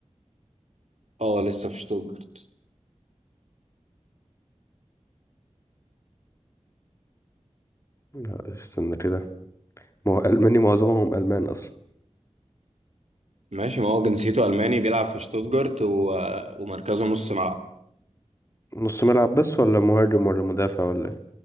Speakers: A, on the right; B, on the left.
A: اه لسه في شتوتجارت
B: لا، استنى كده ما هو ألماني معظمهم ألمان أصلا
A: ماشي ما هو جنسيته ألماني بيلعب في شتوتجارت و... ومركزه نص ملعب
B: نص ملعب بس ولا مهاجم ولا مدافع ولا ايه